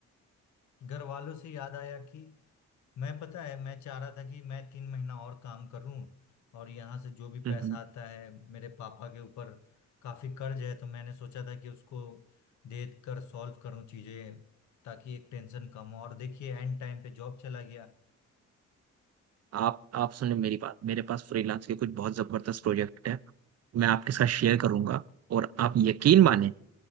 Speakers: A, on the left (about 70°); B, on the right (about 55°).
A: घर वालों से याद आया कि मैं पता है मैं चाह रहा था कि मैं तीन महीना और काम करूं और यहाँ से जो भी पैसा
B: हम्म हम्म।
A: आता है मेरे पापा के ऊपर काफी कर्ज है तो मैंने सोचा था कि उसको दे कर सॉल्व करूं चीजें ताकि एक टेंशन कम हो और देखिए एंड टाइम पे जॉब चला गया
B: आप आप सुने मेरी बात मेरे पास फ्रीलांस के कुछ बहुत जबरदस्त प्रोजेक्ट है मैं आपके साथ शेयर करूंगा और आप यकीन माने